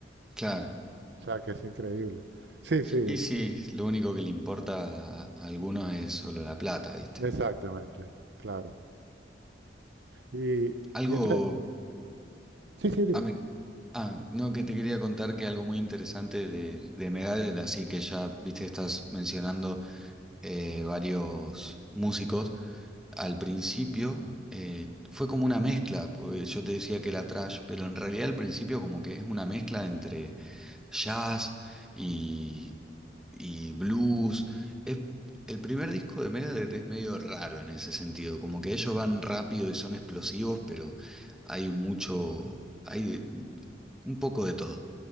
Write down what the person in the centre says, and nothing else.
claro.
Y sí, lo único que le importa a a algunos es solo la plata, ¿viste?
Algo
Ah, me- ah, no, que te quería contar que algo muy interesante de, de Megadeth, así que ya, viste, estás mencionando eh, varios músicos. Al principio eh, fue como una mezcla, porque yo te decía que era trash, pero en realidad al principio como que es una mezcla entre jazz y, y blues. Es, el primer disco de Megadeth es medio raro en ese sentido, como que ellos van rápido y son explosivos, pero hay mucho, hay un poco de todo.